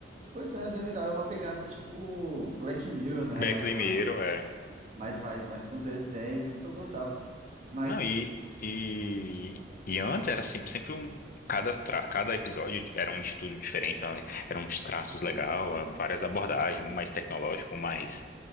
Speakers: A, on the right; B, on the left.
A: Pois é, é bem legal. É uma pegada tipo Black Mirror, né?
B: Black
A: Mas vai,
B: Mirror, é.
A: mas vai, mais pra um desenho, por isso que eu gostava. Mas,
B: Não, e, e, e antes era sempre, sempre um. Cada, tra- cada episódio era um estudo diferente, então, eram uns traços legais, várias abordagens, um mais tecnológico, um mais